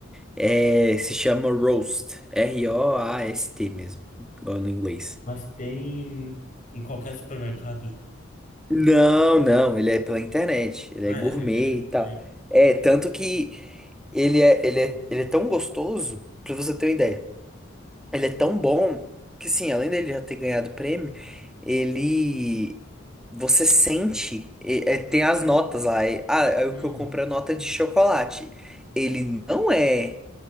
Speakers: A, in the centre; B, on the left (about 40°).
A: É, se chama Roast. R-O-A-S-T mesmo. Igual no inglês.
B: Mas tem em qualquer supermercado.
A: Não, não, ele é pela internet, ele
B: Ah,
A: é gourmet
B: ele é pela internet
A: e
B: também.
A: tal. É, tanto que ele é, ele é, ele é tão gostoso, pra você ter uma ideia. Ele é tão bom que, sim, além dele já ter ganhado o prêmio, ele. Você sente. e- é, tem as notas lá. é- ah, é o
B: Hum,
A: que eu compro é nota de chocolate. Ele não é.